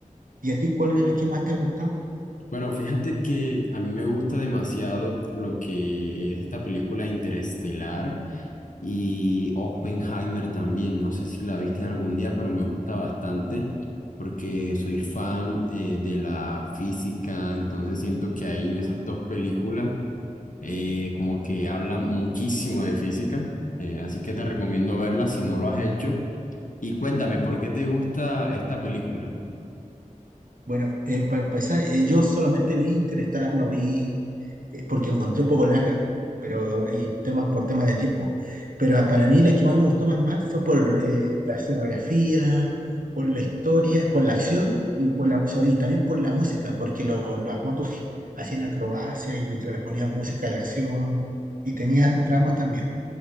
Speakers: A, on the right; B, on the left.
A: ¿Y a ti cuál es la que más te ha gustado?
B: Bueno, fíjate que a mí me gusta demasiado lo que es esta película Interestelar y Oppenheimer también. No sé si la viste algún día, pero me gusta bastante porque soy fan eh, de la física, entonces siento que ahí en esas dos películas eh, como que hablan muchísimo de física, eh, así que te recomiendo verlas si no lo has hecho. Y cuéntame, ¿por qué te gusta esta película?
A: Bueno, eh, para empezar, eh, yo solamente vi Interestelar, no vi, eh, porque la encontré un poco larga, pero y tema, por temas de tiempo. Pero para mí la que más me gustó más, más fue por eh, la escenografía, por la historia, por la acción y, por la, so- y también por la música, porque lo- las motos hacían acrobacias y mientras les ponían música de acción y tenía dramas también.